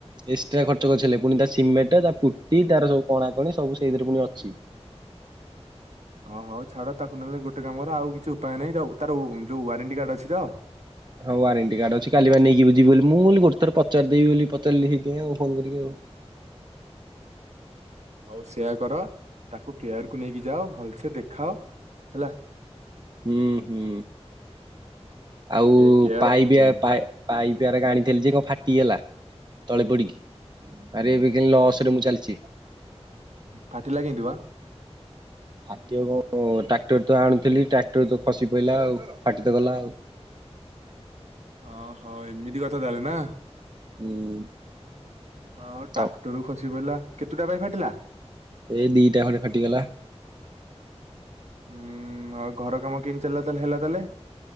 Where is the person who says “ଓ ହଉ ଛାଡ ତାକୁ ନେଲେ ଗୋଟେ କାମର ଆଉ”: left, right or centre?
Right